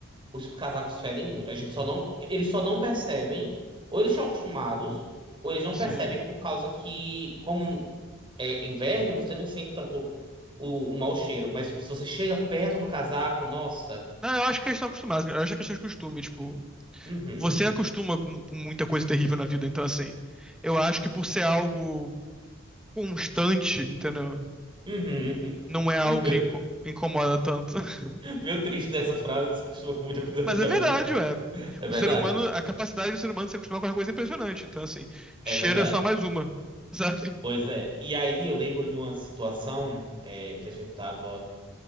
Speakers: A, on the right; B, in the centre.
A: Os casacos fedem muito. A gente só não, eles só não percebem, ou eles estão acostumados, ou eles não
B: Sim.
A: percebem por causa que, como é inverno, você não sente tanto o, o mau cheiro. Mas tipo, se você chega perto do casaco, nossa.
B: Ah, eu acho que eles estão acostumados, cara. eu acho que é questão de costume, tipo.
A: Uhum.
B: você acostuma com, com muita coisa terrível na vida, então assim, eu acho que por ser algo constante, entendeu?
A: Uhum.
B: Não é
A: <laughs>
B: algo que
A: Meu,
B: inco- incomoda tanto. <laughs>
A: meu triste nessa frase, você acostuma com muita coisa
B: Mas
A: ruim da
B: é verdade,
A: vida.
B: ué.
A: É verdade?
B: O ser humano, a capacidade do ser humano de se acostumar com uma coisa é impressionante. Então, assim,
A: É
B: cheiro
A: verdade.
B: é só mais uma, <laughs> sabe?
A: Pois é. E aí eu lembro de uma situação é, que a gente tava.